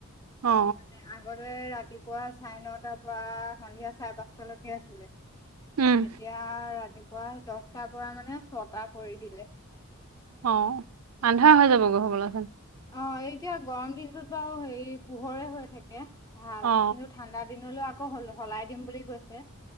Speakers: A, on the right; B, on the left.
A: অ
B: মানে আগতে ৰাতি ৰাতিপুৱা চাৰে নটাৰ পৰা সন্ধিয়া চাৰে পাঁচটালৈকে আছিলে।
A: উম
B: এতিয়া ৰাতিপুৱা দছটাৰ পৰা মানে ছটা কৰি দিলে।
A: অ আন্ধা হৈ যাব গে হবলাছোন?
B: অ এতিয়া গৰম দিনটোত বাও হেই পোহৰে হৈ থাকে। ভাল
A: অ
B: কিন্তু ঠাণ্ডা দিনলৈ আকৌ সলাই দিম বুলি কৈছে।